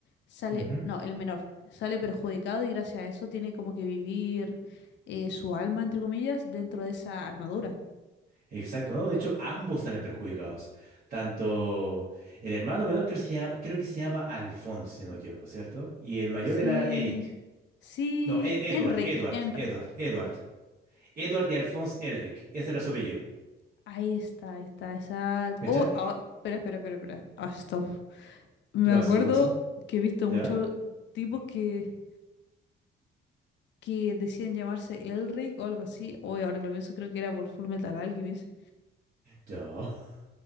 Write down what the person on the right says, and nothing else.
ujú.
Exacto, ¿no? De hecho, ambos salen perjudicados. Tanto el hermano menor que se llama- creo que se llama Alphonse, si no me equivoco, ¿cierto? Y el mayor
era Eric.
No, E-
Edward, Edward,
Edward, Edward. Edward y Alphonse Elric. Ese era su apellido.
¿Cachai?
¿Qué pasó?
¿Qué pasó?
¿Ya?
¿Ya? <laughs>